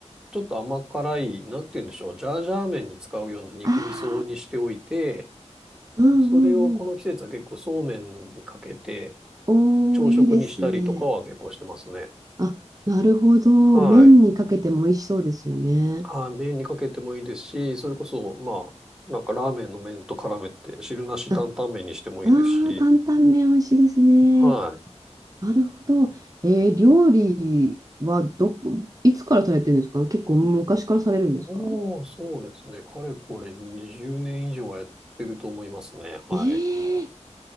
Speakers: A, in the centre; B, on the right.
A: ちょっと甘辛い、なんて言うんでしょう、ジャージャー麺に使うような肉味噌にしておいて、
B: ああ、うんうんうん。
A: それをこの季節は結構そうめんにかけて、
B: おー、
A: 朝食にしたりとかは結構してますね。
B: いいですね。あ、なるほど。
A: はい。
B: 麺にかけても美味しそうですよね。
A: はい。麺にかけてもいいですし、それこそ、まあ、なんかラーメンの麺と絡めて、汁なし担々麺にしてもいいですし、
B: あ、あー、担々麺美味しいですね。
A: はい。
B: なるほど。えー料理はどこ、いつからされてるんですか結構昔からされるんですか
A: おー、そうですね。かれこれ20年以上はやってると思いますね。はい。
B: ええ